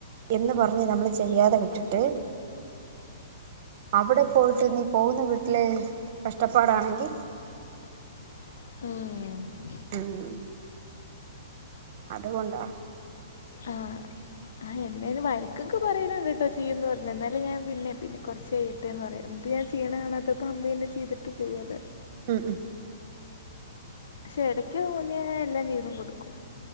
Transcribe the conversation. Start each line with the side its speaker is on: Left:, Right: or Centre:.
Right: എന്ന് പറഞ്ഞ് നമ്മള് ചെയ്യാതെ വിട്ടിട്ട് അവിടെ പോയിട്ട് നീ പോകുന്ന വീട്ടില് കഷ്ടപ്പാടാണെങ്കിൽ
Left: ഉം
Right: ഉം അതുകൊണ്ടാ
Left: ആഹ് ആഹ് എന്നേ വഴക്കൊക്കെ പറയന്നുണ്ട് കേട്ടോ ചെയ്യന്ന് പറഞ്ഞ എന്നാലും ഞാൻ പിന്നെ പിന്നെ കൊറച്ചായിട്ടേന്ന് പറയും എന്നിട്ട് ഞാൻ ചെയ്യണ കാണാത്തപ്പോ അമ്മെ എന്നെ ചി ചെയ്തിട്ട് പോവില.
Right: ഉം ഉം
Left: പക്ഷെ ഇടക്ക് തോന്നിയ എല്ലാം ചെയ്‌തു കൊടുക്കും.